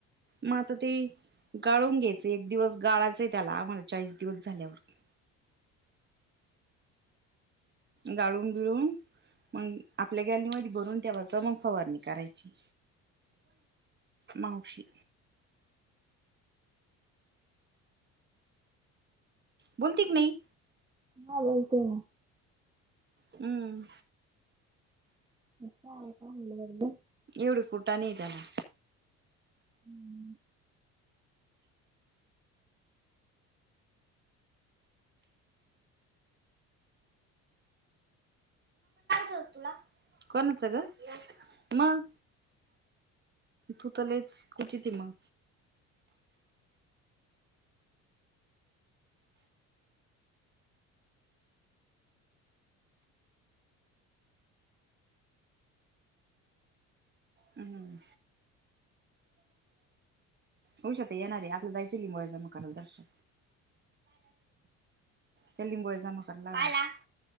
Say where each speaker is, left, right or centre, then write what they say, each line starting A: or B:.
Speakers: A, on the right; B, on the right.
A: मग आता ते गाळून घ्यायचंय एक दिवस गाळायचंय त्याला मला चाळीस दिवस झाल्यावर गाळून बिळून मग आपल्या गॅलीमध्ये भरून ठेवाचं मग फवारणी करायची मावशी बोलती की नाही
B: हा बोलते.
A: हम्म
B: <unintelligible>
A: एवढे कुठा नाही त्याला
B: हम्म
A: तु कोणाच ग मग तू तलाच कुचीती म हम्म होऊशत येणारे आपला जायचे लिंबूजमा करायला दर्शक त्या लिंबू अजमा करायला